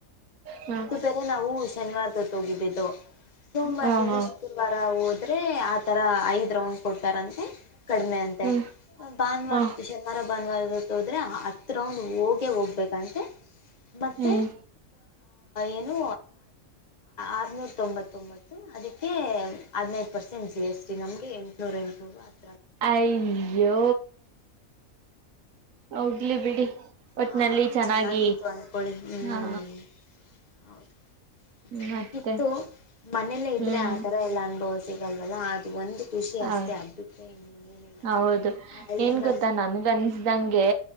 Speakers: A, on the right (about 70°); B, on the left (about 30°).
A: ಹಾ
B: ಅದು ಬೇರೆ ನಾವು ಶನಿವಾರ. ತಗಿದ್ದಿದ್ದು ಸೋಮವಾರಿಂದ
A: ಹಾ ಹಾ
B: ಶುಕ್ರವಾರ ಹೋದ್ರೆ ಆ ತರ ಐದ್ ರೌಂಡ್ ಕೊಡ್ತಾರಂತೆ ಕಡಿಮೆ ಅಂತೆ
A: ಹ್ಮ್
B: ಭಾನುವಾರದ
A: ಹ
B: ಶನಿವಾರ ಭಾನುವಾರದ. ಅೋದ್ರರೆೆ ಹತ್ತು ರೌಂಡ್ ಹೋಗೇ ಹೋಗ್ಬೇಕಂತೆ ಮತ್ತೆ.
A: ಹ್ಮ್
B: ಏನು ಆರ್ನೂರ ತೊಂಬತ್ತು. ತೊಂಬತ್ತು ಅದಕ್ಕೆ ಹದಿನೈದು ಪರ್ಸೆಂಟ್ ಜಿ ಎಸ್ ಟಿ ನಮಗೆ ಎಂಟುನೂರು ಎಂಟುನೂರು ಹತ್ತು
A: ಅಯಯ್ಯೋ ಹೋಗಲಿ ಬಿಡಿ. ಒಟ್ನಲ್ಲಿ
B: ಹ ಆದ್ರೂ
A: ಚೆನ್ನಾಗಿ
B: ಚೆನ್ನಾಗಿತ್ತು ಅನ್ಕೊಳ್ಳಿ ಹ್ಮ್
A: ಹಾ
B: ಹೌದು. ಚೆನ್ನಾಗಿತ್ತು
A: ಮತ್ತೆ
B: ಮನೇಲ್ಲೇ ಇದ್ರೆ
A: ಹ್ಮ್
B: ಆ ತರ ಎಲ್ಲಾ ಅನುಭವ ಸಿಗಲ್ವಲ್ಲಾ ಅದು ಒಂದು. ಖುಷಿ ಅಷ್ಟೇ
A: ಹ
B: ಅದು ಬಿಟ್ರೆ ಇನ್ನೇನಿಲ್ಲ
A: ಹೌದು
B: ಅಲ್ಲಿಂದ
A: ಏನ್ ಗೊತ್ತಾ ನನ್ಗ ಅನ್ಸ್ದಂಗೆ.